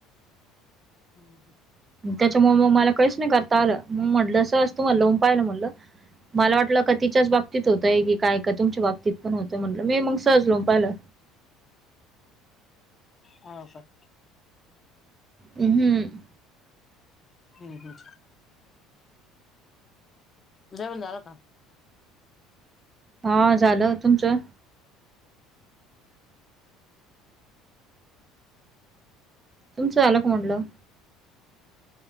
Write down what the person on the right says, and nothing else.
त्याच्यामुळे मग मला काहीच नाही आलं करता मग म्हटलं तुम्हाला लावून पाहू म्हटलं. मला वाटलं का तिच्याच बाबतीत होतंय की काय, का तुमच्या बाबतीत पण होतं म्हटलं मी मग सहज लावून पाहिलं.
हम्म.
हा झालं तुमचं. तुमचं आलं का म्हणटलं.